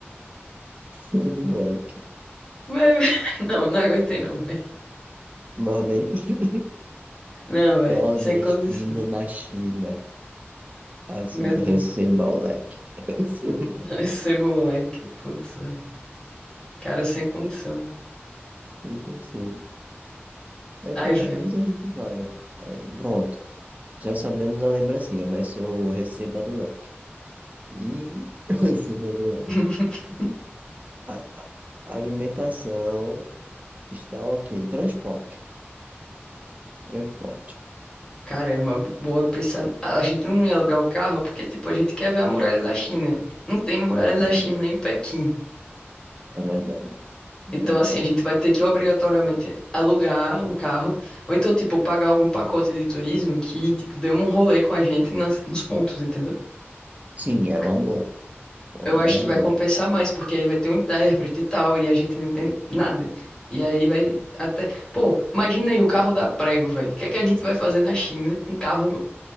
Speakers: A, on the right; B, on the left.
A: Moleque,
B: Mas- <laughs> Não, não aguentei não, velho.
A: nordestino,
B: Não, velho,
A: nordestino
B: sem condição.
A: da China. Assim,
B: Meu Deus.
A: receba, moleque. <laughs>
B: <laughs> Receba o leque, putz, velho. Cara, sem condição.
A: Inclusive. Aí pelo
B: Ai, velho.
A: menos a gente vai. Aí, pronto. Já sabemos a lembrancinha, vai ser o receba do leque. E <laughs> o receba do leque.
B: <laughs>
A: A, a- a alimentação está ok. Transporte. Transporte.
B: Cara, é uma boa pensar. A gente não ia alugar o carro porque, tipo, a gente quer ver a muralha da China. Não tem muralha da
A: É verdade.
B: China em Pequim.
A: É verdade. É
B: Então,
A: verdade.
B: assim, a gente vai ter que obrigatoriamente alugar um carro, ou então, tipo, pagar algum pacote de turismo que, tipo, dê um rolê com a gente nas- nos pontos, entendeu?
A: Sim, era
B: Porque
A: uma boa. Uma
B: eu
A: ideia
B: acho que
A: boa.
B: vai compensar mais, porque aí vai ter um intérprete e tal, e a gente não entende nada. E aí vai até. Pô, imagina aí o carro dá prego, velho. O que é que a gente vai fazer na China com carro no,